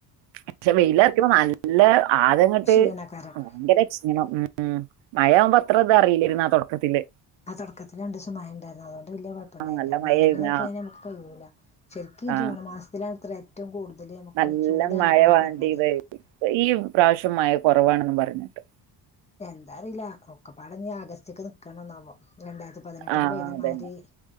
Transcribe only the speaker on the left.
ക്ഷീണക്കാരം
ആഹ് തൊടക്കത്തില് രണ്ടിസം മയ ണ്ടായിരുന്നു. അതോണ്ട് വെല്ല്യെ കൊഴപ്പണ്ടായില്ല.
വെയിലായി
കഴിഞ്ഞ അമക്ക് കയ്യൂല. ശെരിക്ക്
ജൂൺ മാസത്തിലാണത്രെ ഏറ്റവും കൂടുതല് അമ്മക്ക്
ചൂട് അനുഭവപ്പെട്ണത്.
എന്താറീല്ല ഒക്കപ്പാടഞ്ഞ് ആഗസ്റ്റ്ക്ക് ന്ക്കണന്നാവോ രണ്ടായി രത്തി പതിനെട്ട്ല്
പെയ്തമാരി